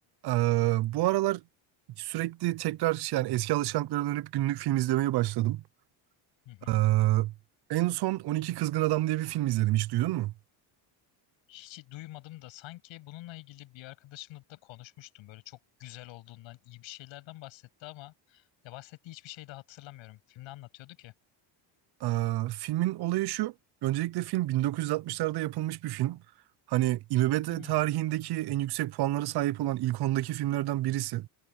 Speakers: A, on the right; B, on the left.
A: Ee, bu aralar sürekli tekrar şey- yani eski alışkanlıklara dönüp günlük film izlemeye başladım.
B: Hı hı.
A: Ee, en son 12 Kızgın Adam diye bir film izledim. Hiç duydun mu?
B: Hiç duymadım da sanki bununla ilgili bir arkadaşımla da konuşmuştum. Böyle çok güzel olduğundan, iyi bir şeylerden bahsetti ama ya bahsettiği hiçbir şey de hatırlamıyorum. Filmde anlatıyordu ki.
A: Ee, filmin olayı şu. Öncelikle film 1960'larda yapılmış bir film. Hani IMDb
B: Hmm.
A: tarihindeki en yüksek puanlara sahip olan ilk ondaki filmlerden birisi.